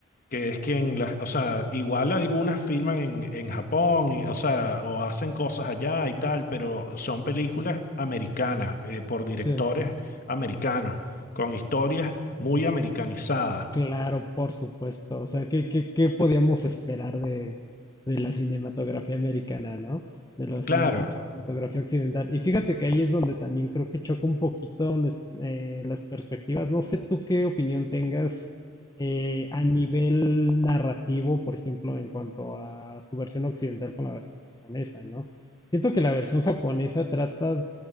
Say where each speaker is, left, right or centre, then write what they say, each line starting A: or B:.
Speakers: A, on the left (about 45°); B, on the left (about 20°).
A: que es quien las, o sea, igual algunas filman en, en Japón, y- o sea, o hacen cosas allá y tal, pero son películas americanas, eh, por directores
B: Sí.
A: americanos, con historias muy americanizadas.
B: Claro, por supuesto. O sea, ¿qué, qué, qué podíamos esperar de, de la cinematografía americana, ¿no? De la cine-
A: Claro,
B: cinematografía occidental. Y fíjate que ahí es donde también creo que choca un poquito nues- eh, las perspectivas. No sé tú qué opinión tengas eh, a nivel narrativo, por ejemplo, en cuanto a su versión occidental con la versión japonesa, ¿no? Siento que la versión japonesa trata